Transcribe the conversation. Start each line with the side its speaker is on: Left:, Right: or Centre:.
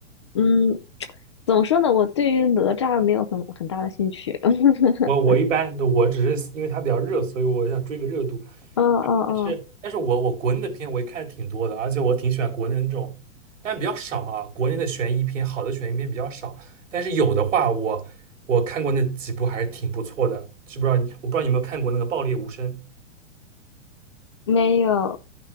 Left: 嗯，<tsk> 怎么说呢？我对于哪吒没有很很大的兴趣。<laughs> 嗯
Right: 我我一般我只是因为它比较热，所以我想追个热度。
Left: 嗯嗯。
Right: 但是但是我我国内的片我也看的挺多的，而且我挺喜欢国内的那种，但比较少啊。国内的悬疑片，好的悬疑片比较少，但是有的话我我看过那几部还是挺不错的。知不知道你我不知道你有没有看过那个《爆裂无声》？
Left: 没有，